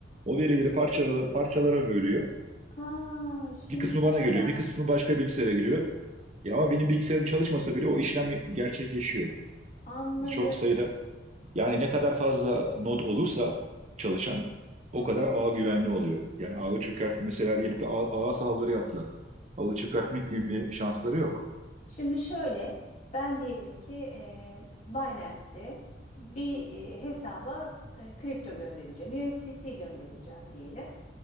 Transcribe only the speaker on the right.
O verileri parçalara, parçalara bölüyor.
Bir kısmı
bana geliyor,
bir kısmı başka bilgisayara giriyor. Ya ama benim bilgisayarım çalışmasa bile o işlem gerçekleşiyor.
Çok sayıda yani ne kadar fazla node olursa çalışan o
kadar ağ güvenli oluyor. Yani ağı çökert mesela diyelim ki ağ- ağa saldırı yaptılar. Ağı çökertmek gibi bir şansları yok.